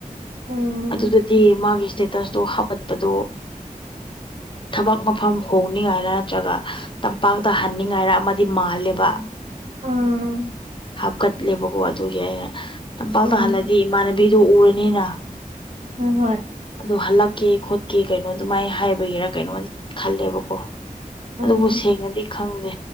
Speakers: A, on the right (about 55°); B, on the left (about 35°).
A: ꯎꯝ
B: ꯑꯗꯨꯗꯗꯤ ꯃꯥꯒꯤ ꯏꯁꯇꯦꯇ ꯑꯗꯨ ꯍꯥꯒꯠꯄꯗꯣ ꯊꯕꯛ ꯃꯐꯝ ꯍꯣꯡꯅꯤꯡꯉꯥꯏꯔ ꯅꯠꯇ꯭ꯔꯒ ꯇꯝꯄꯥꯛꯇ ꯍꯟꯅꯤꯡꯉꯥꯏꯔ ꯑꯃꯗꯤ ꯃꯥꯜꯂꯦꯕ
A: ꯑꯝ
B: ꯍꯥꯞꯀꯠꯂꯦꯕꯀꯣ ꯑꯗꯨꯒꯤ ꯑꯩꯅ ꯇꯝꯄꯥꯛ
A: ꯎꯝ
B: ꯇꯥꯍꯜꯂꯗꯤ ꯏꯃꯥꯟꯅꯕꯤꯗꯨ ꯎꯔꯅꯤꯅ
A: ꯍꫭꯏ-ꯍꯣꯏ
B: ꯑꯗꯣ ꯍꯜꯂꯛꯀꯦ ꯈꯣꯠꯀꯦ ꯀꯩꯅꯣ ꯑꯗꯨꯃꯥꯏꯅ ꯍꯥꯏꯕꯒꯤꯔꯥ ꯀꯩꯅꯣ ꯈꯜꯂꯦꯕꯀꯣ
A: ꯎꯝ
B: ꯑꯗꯨꯕꯨ ꯁꯦꯡꯅꯗꯤ ꯈꯪꯗꯦ